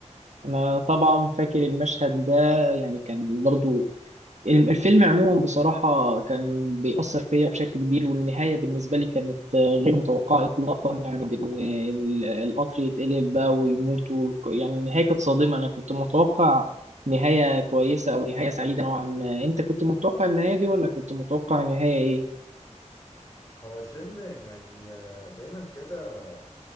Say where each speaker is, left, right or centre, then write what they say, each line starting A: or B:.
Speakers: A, on the right; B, on the left.
A: أنا طبعا فاكر المشهد ده يعني كان برضو الفيلم عموما بصراحة كان بيأثر فيا بشكل كبير والنهاية بالنسبة لي كانت غير متوقعة إطلاقا يعني بإن ال- القطر يتقلب بقى ويموت والك- يعني النهاية كانت صادمة أنا كنت متوقع نهاية كويسة أو نهاية سعيدة نوعا ما أنت كنت متوقع النهاية دي ولا كنت متوقع نهاية إيه؟
B: هو الفيلم يعني آه، دايما كده آه،